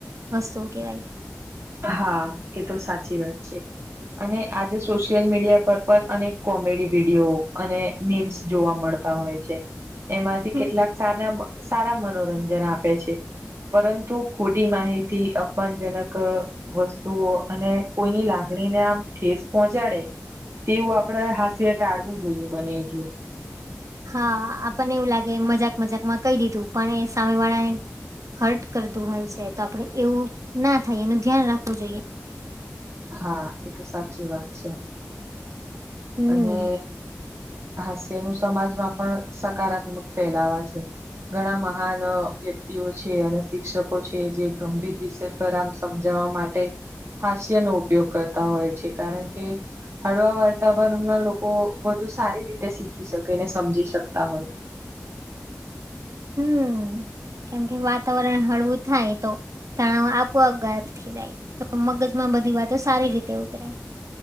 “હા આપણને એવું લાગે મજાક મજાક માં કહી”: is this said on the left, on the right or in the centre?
Right